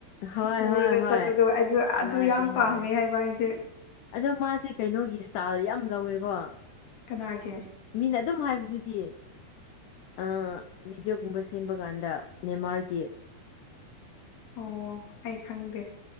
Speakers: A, on the left; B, on the left.
A: ꯍꯣꯏ
B: ꯄꯨꯔꯒ
A: ꯍꯣꯏ ꯍꯣꯏ
B: ꯆꯠꯄꯗꯣ ꯑꯗꯨ
A: ꯃꯥꯅꯤ
B: ꯌꯥꯝ ꯄꯥꯝꯃꯦ
A: ꯍꯣꯏ
B: ꯍꯥꯏꯕ ꯍꯥꯏꯗꯤ
A: ꯑꯗꯣ ꯃꯥꯁꯦ ꯀꯩꯅꯣꯒꯤ ꯏꯁꯇꯥꯥꯏꯜ ꯌꯥꯝ ꯂꯧꯋꯦꯀꯣ
B: ꯀꯅꯥꯒꯤ
A: ꯃꯤꯅ ꯑꯗꯨꯝ ꯍꯥꯏꯕꯗꯨꯗꯤ ꯑ ꯕꯤꯗꯤꯑꯣꯒꯨꯝꯕ ꯁꯦꯝꯕ ꯀꯥꯟꯗ ꯅꯦꯃꯥꯔꯒꯤ
B: ꯑꯣ ꯑꯩ ꯈꯪꯗꯦ